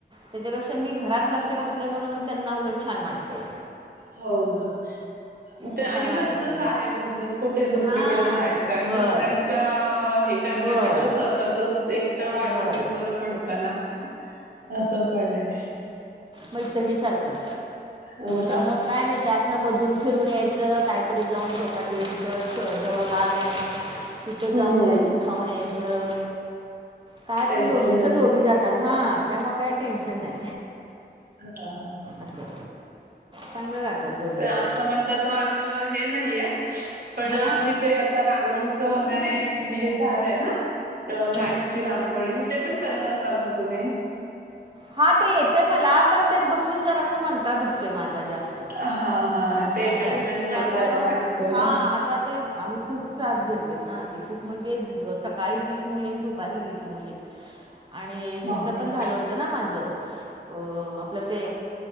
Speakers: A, on the right (about 30°); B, on the right (about 55°).
A: त्याच्यापेक्षा मी घरात लक्ष घातलय म्हणून त्यांना उलट छान वाटतेय.
B: होऊ ना. ते
A: कशाला
B: आणि घरचच
A: म्हटले
B: आहे बिझनेस, कुठे दुसरीकडे
A: हां
B: जायचंय आणि
A: होय
B: दुसऱ्यांच्या हे करण्यापेक्षा
A: होय
B: स्व त्यातच एक्स्ट्रा वाढवलेलं
A: होय
B: बर पडतं ना, अस पण आय.
A: मैत्रिणीसारकं.
B: हो.
A: त्यामुळ काय नाइ, त्यातन मदुन. फिरून यायचं, काइतरी जाऊन चौपाटी या तिथ तरं जवळ बाग आय. तित
B: हम्म
A: जाऊन काइतरी खाऊन यायचं. काय
B: टेन्शन
A: पण दोगीच्या
B: नाही
A: दोगी जातात हा, त्यामुळ काय टेन्शन नाइ.
B: हां हां.
A: असं. चांगलं राहतात दोघी
B: ते
A: जणी
B: आमचं मण तस वा हे नाइय, पण
A: हां
B: मी ते आता रांगोळीचं वगैरे,, हे झालंय ना. अ मॅटची
A: हां
B: रांगोळी, ते पण करत असाल म तुम्ही.
A: हा ते येतय मला, पण ते बसून जरासं मनका दु कतोय माजा जास्त,
B: हा हा ते एका
A: असय
B: ठिकाणी बसायला
A: त्यामुळं
B: लागतं
A: हा
B: ना
A: आता ते आम्ही खूप त्रास घेतलेत ना आधी, खूप म्हणजे सकाळी वीस मुली आणि दुपारी वीस मुली. आणि
B: बापर
A: हेच पण झालं त ना माजं, अ आपलं ते